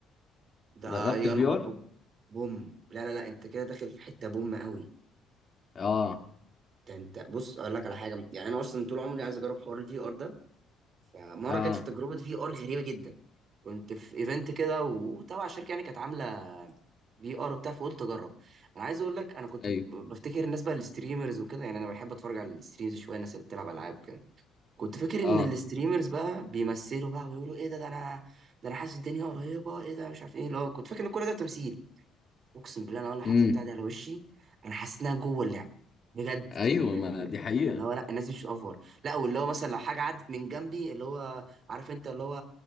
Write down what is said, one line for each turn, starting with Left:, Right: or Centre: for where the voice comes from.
Right: ده
Left: جربت
Right: يا
Left: الفي
Right: نهار
Left: ار
Right: أب- بوم لا لا لا انت كده داخل في حته بوم قوي
Left: اه
Right: ده انت بص اقول لك على حاجه يعني انا اصلا طول عمري عايز اجرب حوار الفي ار ده فمره
Left: اه
Right: جات لي تجربه في ار غريبه جدا كنت في ايفنت كده وتبع شركه يعني كانت عامله في ار وبتاع فقلت اجرب انا عايز اقول لك انا كنت
Left: ايوه
Right: ب- بفتكر الناس بقى الستريمرز وكده يعني انا بحب اتفرج على الستريمز شويه الناس اللي بتلعب العاب وكده كنت فاكر
Left: اه
Right: ان الستريمرز بقى بيمثلوا بقى ويقولوا ايه ده ده انا ده انا حاسس الدنيا قريبه ايه ده مش عارف ايه اللي هو كنت فاكر ان كل ده تمثيل اقسم بالله انا اول ما حطيت
Left: امم
Right: بتاع ده على وشي انا حسيت انها جوه اللعب بجد
Left: ايوه
Right: م- م-
Left: ما
Right: م- يعني
Left: دي حقيقه
Right: اللي هو لا الناس دي مش اوفر لا واللي هو مثلا لو حاجه عدت من جنبي اللي هو عارف انت اللي هو